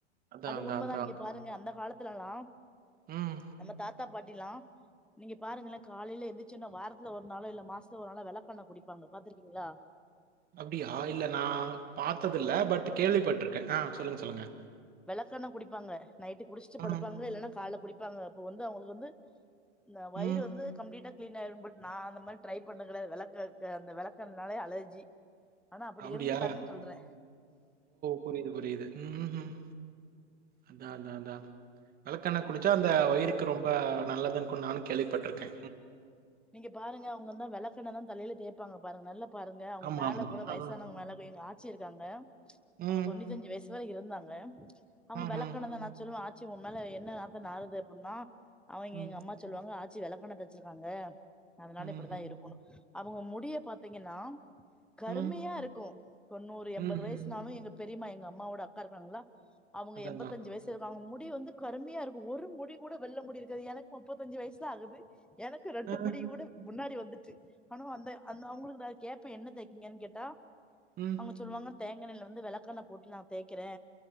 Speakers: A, on the right; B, in the centre.
A: அதான்,
B: அது
A: அதான்,
B: உண்மதா
A: அதான்.
B: நீங்க பாருங்க அந்த காலத்துலெல்லா
A: ம்.
B: நம்ம தாத்தா பாட்டிலா நீங்க பாருங்களே காலைல எந்துச்சொன்னே வாரத்துல ஒரு நாளோ இல்ல மாசத்துல ஒரு நாளோ வெளக்கெண்ண குடிப்பாங்க பாத்துருக்கீங்ளா
A: அப்டியா இல்ல நா பாத்ததில்ல பட் கேள்வி பட்ருக்கே அ சொல்லுங்க சொல்லுங்க
B: வெளக்கெண்ண குடிப்பாங்க நைட்டு குடிச்ட்டு
A: ஆ.
B: படுப்பாங்க இல்லென்னா கால்ல குடிப்பாங்க அப்ப வந்து அவுங்களுக்கு வந்து இந்த வயிறு
A: ம்.
B: வந்து கம்ப்ளீட்டா கிளீன் ஆயிடும் பட் நா அந்த மாரி ட்ரை பண்ண கெடையாது வெளக் அ அந்த வெளக்கெண்ணாலே அலர்ஜி ஆனா அப்பிடி
A: அப்டியா?
B: இருந்திருக்காங்கன் சொல்றே
A: புரிது புரிது ம் ஹ்ம் அதா அதா அதா வெளக்கெண்ண குடிச்சா அந்த வயிறுக்கு ரொம்ப நல்லதுன்கு நானு கேள்விப்பட்ருக்கே
B: நீங்க பாருங்க அவுங்க தா வெளக்கெண்ணதா தலைல தேப்பாங்க பாருங்க நல்லப் பாருங்க அவுங்க
A: ஆமாமா.
B: மேல கூட வயசானவுங்க
A: ஆ.
B: மேல கொ எங்க ஆச்சி இருக்காங்க அவுங்க
A: ம்.
B: தொண்ணூத்தஞ்சு வயசு வர இருந்தாங்க அவுங்க
A: ம்ஹ்ம்.
B: வெளக்கெண்ணத நா சொல்லுவே ஆச்சி ஒம்மேல என்ன நாத்த நாறுது அப்புன்னா அவெங்க
A: ம்.
B: எங்க அம்மா சொல்லுவாங்க ஆச்சி வெளக்கெண்ண தேச்சுருக்காங்க அதனால
A: ம்ஹ்ம்.
B: இப்டித்தா இருக் அவுங்க முடிய பாத்தீங்கென்னா கருமையா
A: ம்.
B: இருக்கு தொண்ணூறு எம்பது
A: ம்ஹ்ம்.
B: வயஸ்னாலு எங்க பெரியம்மா எங்க அம்மாவோட அக்கா இருக்காங்கள அவுங்க
A: அதான்,
B: எம்பதஞ்சு
A: அதான்.
B: வயசு ச்சுருக்காங் அவுங்க முடி வந்து கரும்மையா இருக்கு ஒரு முடி கூட வெள்ள முடி இருக்காது எனக் முப்பத்தஞ்சு வயசுதா ஆகுது எனக்கு ரெ ட்டு
A: ஆ.
B: முடி கூட முன்னாடி வந்துட்டு ஆனு அந்தெ அந்த அவுங்களுக்கு தா கேப்பே என்ன தேக்கீங்கன் கேட்டா
A: ம்.
B: அவுங்க சொல்லுவாங்க தேங்கெண்ணய்ல வந்து வெளக்கெண்ண போட்டு நா தேய்கிறே